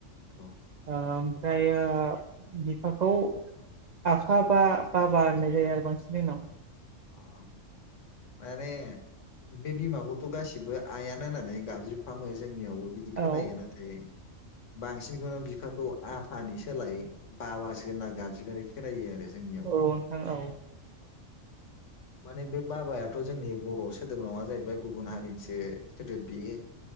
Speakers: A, on the left; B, on the right.
A: औ
B: ओ ओमफ्रायो बिफाखौ आफा बा बाबा होननाय जायो आरो बांसिन जोंनाव
A: अ माने बे बिमाखौथ' गासिबो आयानो होननानै गाबज्रि फ्रामो जोंनियावबो बिदि खोनायो
B: औ
A: नाथाय बांसिनखौनो बिफाखौ आफानि सोलाय बाबासो होनना गाबज्रिनाय खोनायो आरो जोंनियाव
B: औ नोंथां औ
A: माने बे बाबायाथ' जोंनि बर' सोदोब नंङा जाहैबाय गुबुन हारिनिसो सोदोब बियो